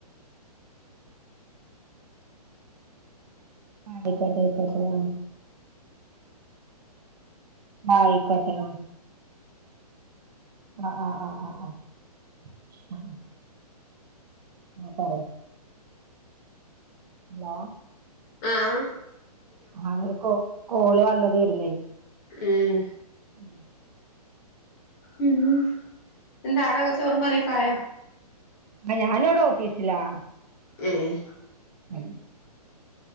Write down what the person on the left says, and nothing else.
ആഹ്
ഉം
ഉം. എന്താ ആടക്കെ ചോറും, കറിക്കായൊ
ഏഹ്